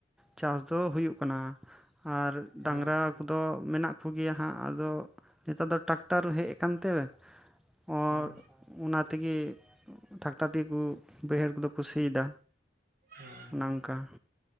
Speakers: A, in the centre; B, on the right.
A: ᱪᱟᱥ ᱫᱚ ᱦᱩᱭᱩᱜ ᱠᱟᱱᱟ ᱟᱨ
B: ᱦᱮᱸ
A: ᱰᱟᱝᱨᱟ ᱠᱩᱫᱚ ᱢᱮᱱᱟᱜ ᱠᱩ ᱜᱤᱭᱟ ᱦᱟᱸᱜ ᱟᱫᱚ ᱱᱤᱛᱚᱜ ᱫᱚ ᱴᱨᱟᱠ ᱴᱟᱨ ᱦᱮᱡ ᱟᱠᱟᱱ ᱛᱮ ᱟᱨ
B: ᱦᱮᱸ
A: ᱚᱱᱟ ᱛᱮᱜᱮ ᱴᱨᱟᱠᱴᱟᱨ ᱛᱮᱜᱮ ᱠᱩ ᱵᱟᱹᱭᱦᱟᱹᱲ ᱠᱩᱫᱚ ᱠᱩ ᱥᱤᱭ ᱫᱟ
B: ᱦᱮᱸ
A: ᱱᱟᱝᱠᱟ